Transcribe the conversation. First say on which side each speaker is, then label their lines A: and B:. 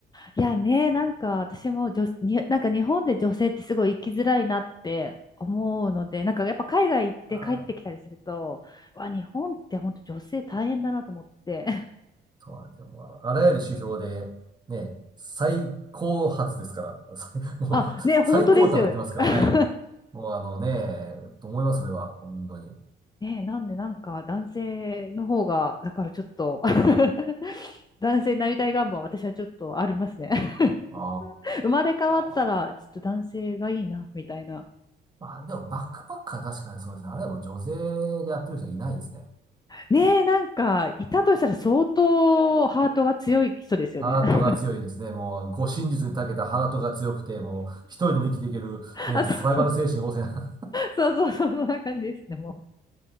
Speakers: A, on the left (about 20°); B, on the right (about 20°).
A: いやね、なんか私も女、
B: そう
A: に、なんか日本で女性ってすごい生きづらいなって思うので、なんかやっぱ海外行って帰ってきたりすると、
B: あー
A: わ、日本って本当女性大変だなと思って。<laughs>
B: そうなんですよ。もう、あらゆる指標で、ね、最高発ですから。<laughs> 最もう、
A: あ、ね、本当ですよね。
B: 最高端を言ってますから、
A: <laughs>
B: はい。もう、あのね、と思います、それは。本当に。
A: ね、なんでなんか男性の方が、だからちょっと <laughs> 男性になりたい願望は私はちょっとありますね。<laughs>
B: あ
A: 生まれ変わったら、
B: あ。
A: ちょっと男性がいいな、みたいな。
B: まあ、でも、バックパッカー確かにそうですね。あれはもう女性でやってる人はいないですね。
A: ねえ、なんか、いたとしたら相当ハートが強い人ですよね。
B: ハートが強いですね。
A: <laughs>
B: もう、護身術に長けたハートが強くて、もう、一人でも生きていける、
A: あ、
B: ね、
A: そうそう。
B: サバイバル精神旺盛な。
A: そうそうそう、そんな感じですね、も